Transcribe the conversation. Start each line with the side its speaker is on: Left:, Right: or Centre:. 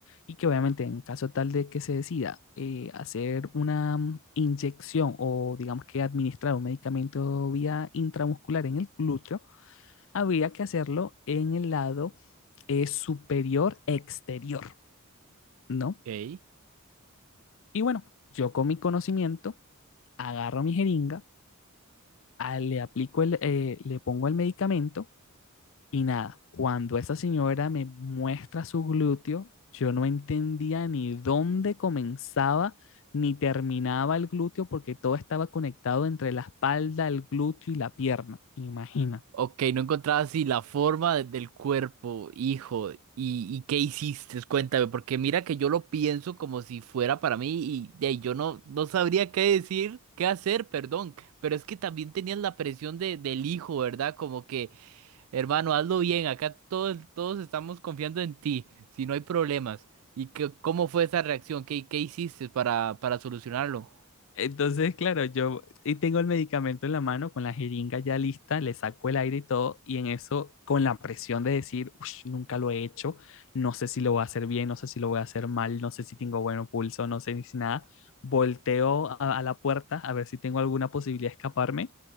Left: Y que obviamente en caso tal de que se decida eh, hacer una mm, inyección o digamos que administrar un medicamento vía intramuscular en el glúteo, habría que hacerlo en el lado eh, superior exterior, ¿no?
Right: ok.
Left: Y bueno, yo con mi conocimiento agarro mi jeringa, ah, le aplico el, eh, le pongo el medicamento y nada, cuando esa señora me muestra su glúteo, yo no entendía ni dónde comenzaba ni terminaba el glúteo porque todo estaba conectado entre la espalda, el glúteo y la pierna. Imagínate.
Right: Ok, no encontraba así la forma de- del cuerpo, hijo. ¿Y, y qué hiciste? Cuéntame, porque mira que yo lo pienso como si fuera para mí y, de ahí yo no, no sabría qué decir, qué hacer, perdón. Pero es que también tenías la presión de, del hijo, ¿verdad? Como que... Hermano, hazlo bien. Acá todos, todos estamos confiando en ti. Si no hay problemas. ¿Y qué, cómo fue esa reacción? ¿Qué, qué hiciste para, para solucionarlo?
Left: Entonces, claro, yo y tengo el medicamento en la mano, con la jeringa ya lista, le saco el aire y todo, y en eso, con la presión de decir, "Ush, nunca lo he hecho, no sé si lo voy a hacer bien, no sé si lo voy a hacer mal, no sé si tengo buen pulso, no sé ni si nada, volteo a, a la puerta a ver si tengo alguna posibilidad de escaparme